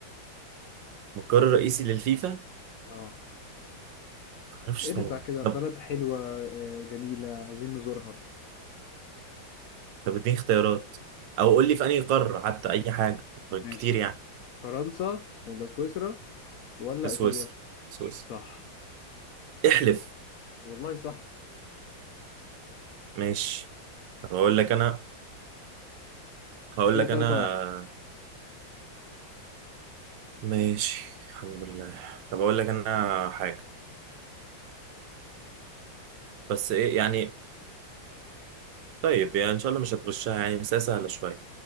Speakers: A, on the right; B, on the left.
A: مقر رئيسي للفيفا ما
B: اه
A: اعرفش
B: ارزع
A: طبعا
B: كده
A: طب
B: بلد حلوة آه، جميلة عايزين نزورها
A: طب اديني اختيارات او قول لي في انهي قاره حتى اي حاجه
B: ماشي
A: كتير يعني
B: فرنسا ولا سويسرا ولا
A: في سويسرا
B: إيطاليا
A: سويسرا
B: صح
A: احلف
B: والله صح
A: ماشي طب اقول لك انا هقول
B: كده
A: لك
B: 3
A: انا
B: واحد
A: ماشي الحمد لله طب اقول لك انا حاجة بس ايه يعني طيب يعني ان شاء الله مش هتغشها يعني بس هي سهلة شوية